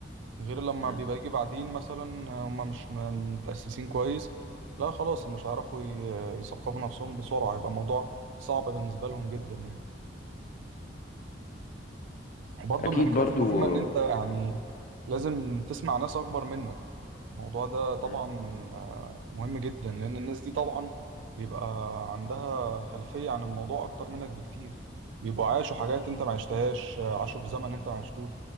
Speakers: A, on the right (about 80°); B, on the left (about 45°).
A: غير لما
B: مم.
A: بيبقى يجي بعدين مثلا هما مش م- متأسسين كويس لا خلاص مش هيعرفوا ي- يثقفوا نفسهم بسرعة هيبقى الموضوع صعب بالنسبة لهم جدا يعني وبرضه
B: اكيد
A: من الحاجات
B: برضو
A: المهمة إن أنت
B: مم.
A: يعني لازم تسمع ناس أكبر منك الموضوع ده طبعا
B: مم.
A: آه، مهم جدا لأن الناس دي طبعا بيبقى عندها خلفية عن الموضوع أكتر منك بكتير بيبقوا عاشوا حاجات أنت ما عشتهاش آه، عاشوا في زمن أنت ما عشتوش